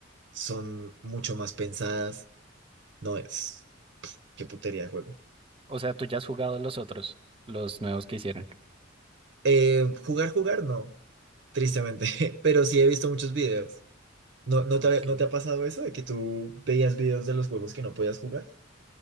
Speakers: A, on the right (about 65°); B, on the right (about 25°).
A: son mucho más pensadas. No es, qué putería de juego.
B: O sea, tú ya has jugado los otros, los nuevos que hicieron.
A: Eh, jugar, jugar, no, tristemente, <laughs> pero sí he visto muchos videos. ¿No, no
B: Ok.
A: te, ha- no te ha pasado eso de que tú veías videos de los juegos que no podías jugar?